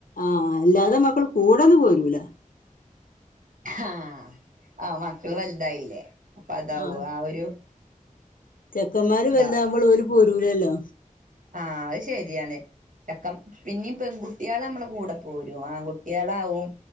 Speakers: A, on the left (about 80°); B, on the right (about 70°).
A: ആഹ് അല്ലാതെ മക്കൾ കൂടെന്ന് പോരൂല
B: ഹാ ആ മക്കള് വലുതായില്ലേ അപ്പ അതാവൂ
A: ആഹ്
B: ആ ഒരു
A: ചെക്കന്മാര്
B: ഇതാവും
A: വലുതാവകുമ്പോൾ ഓര് പോരൂലല്ലോ
B: ആഹ് അത് ശരിയാണ് ചക്കം പിന്നീ പെൺകുട്ടികള് നമ്മളെ കൂടെ പോരും ആൺകുട്ടികളാവും